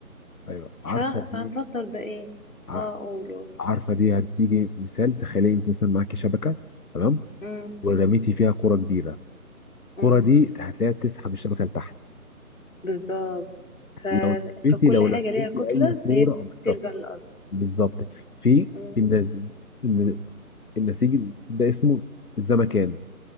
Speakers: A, on the left; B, on the left.
A: ايوه عارفه
B: ف...
A: دي
B: فهنفسر ده ايه
A: ع-
B: اه قول قول
A: عارفه دي هتيجي مثال تخيلي انت مثلا معاكي شبكه تمام
B: امم
A: ورميتي فيها كره كبيره الكره
B: امم
A: دي هتلاقيها تسحب الشبكه لتحت
B: بالظبط ف...
A: لو لفيتي
B: فكل
A: لو
B: حاجة
A: لفيتي
B: ليها كتلة
A: اي كوره
B: فهي
A: آه، بالظبط
B: بترجع للأرض
A: بالظبط في
B: امم
A: النز... الن- النسيج ده اسمه الزمكان